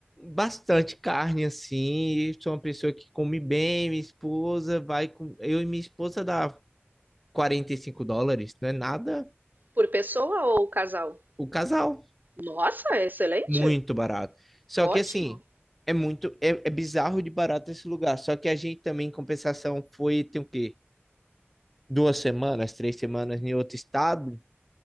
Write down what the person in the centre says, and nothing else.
bastante carne assim. e Sou uma pessoa que come bem. Minha esposa vai com. Eu e minha esposa dá 45 dólares. Não é nada.
O casal.
Muito barato. Só
que assim. É muito, é, é bizarro de barato esse lugar. Só que a gente também, em compensação, foi, tem o quê? Duas semanas, três semanas em outro estado.